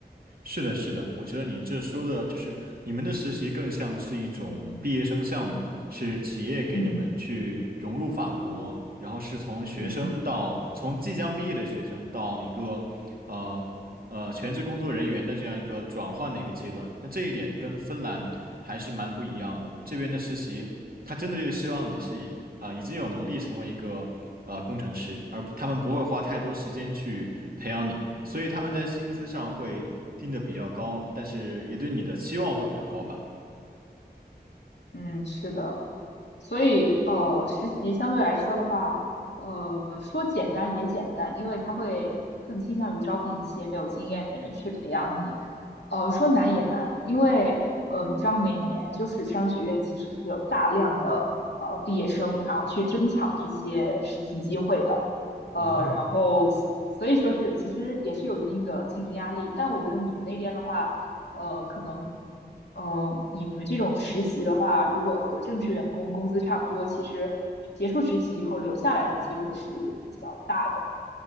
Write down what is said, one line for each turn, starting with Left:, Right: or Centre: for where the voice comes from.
Right: 是的，是的，我觉得你这说的就是你们的实习更像是一种毕业生项目，是企业给你们去融入法国，
Left: 嗯
Right: 然后是从学生到从即将毕业的学生到一个呃呃全职工作人员的这样一个转换的一个阶段。
Left: 嗯，
Right: 那这一点跟芬兰还是蛮不一样的。这边的实习他真的就是希望你是啊、已经有能力成为一个呃工程师，而他们不会花太多时间去培养你，所以他们在薪资上会定的比较高，但是也对你的期望会比较高吧。
Left: 嗯，是的，所以呃，实习相对来说的话，呃，说简单也简单，因为它会更倾向于招聘一些没有经验的人去培养你。呃，说难也难，因为呃，你知道每年就是商学院其实是有大量的呃毕业生，然后去争抢这些实习机会的，呃，
Right: 哦。
Left: 然后所所以说是其实也是有一定的竞争压力，但我觉得你们那边的话。呃，可能嗯，你们这种实习的话，如果和正式员工工资差不多，其实结束实习以后留下来的机会是比较大的。